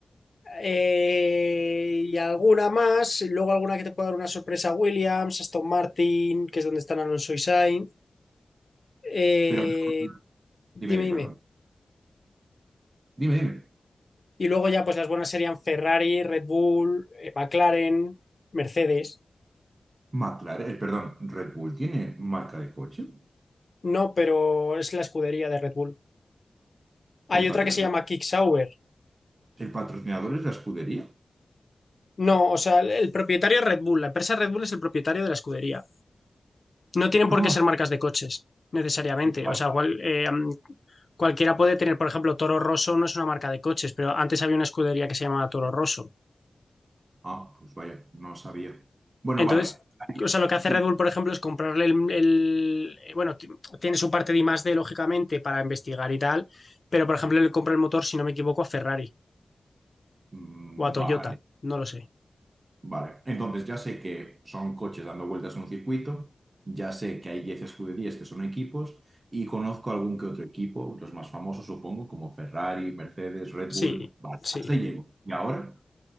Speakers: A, on the left; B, on the right.
A: eh, y alguna más. y Luego alguna que te pueda dar una sorpresa, Williams, Aston Martin, que es donde están Alonso y Sainz. Eh,
B: Pero, no,
A: dime,
B: dime, dime,
A: dime.
B: perdón. Dime, dime.
A: Y luego ya pues las buenas serían Ferrari, Red Bull, eh, McLaren, Mercedes.
B: McLaren, el, perdón, Red Bull tiene marca de coche.
A: No, pero es la escudería de Red Bull. Hay
B: El
A: otra
B: patrocina-
A: que se llama Kick Sauber.
B: el patrocinador es la escudería.
A: No, o sea, el- el propietario es Red Bull. La empresa Red Bull es el propietario de la escudería. No tienen por
B: Ah,
A: qué ser marcas de coches, necesariamente.
B: vale.
A: O sea, cual- eh, am, cualquiera puede tener, por ejemplo, Toro Rosso no es una marca de coches, pero antes había una escudería que se llamaba Toro Rosso.
B: Ah, pues vaya, no sabía. Bueno,
A: Entonces,
B: vale. Ahí-
A: o sea, lo que hace
B: Dime.
A: Red Bull, por ejemplo, es comprarle el, el- bueno, ti- tiene su parte de I más I+D, lógicamente, para investigar y tal, pero, por ejemplo, le compra el motor, si no me equivoco, a Ferrari
B: Mm,
A: o a Toyota,
B: Vale,
A: no lo sé.
B: vale. Entonces ya sé que son coches dando vueltas en un circuito, ya sé que hay 10 escuderías que son equipos y conozco algún que otro equipo, los más famosos supongo, como Ferrari, Mercedes, Red
A: Sí,
B: Bull. Vale,
A: sí.
B: hasta ahí llego. ¿Y ahora?